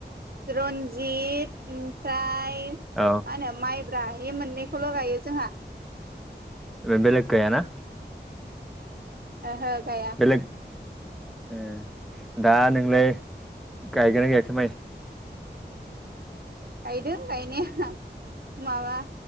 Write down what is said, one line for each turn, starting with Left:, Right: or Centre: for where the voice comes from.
Right: रन्जित ओमफ्राय मा
Centre: औ
Right: होनो माइ ब्रा बे मोननैखौल' गायो जोंहा
Centre: बेलेख गायाना
Right: ओहो गाया
Centre: बेलेग ए दा नोंलाय गायगोना गायाखै माय
Right: गायदों गायनाया माबा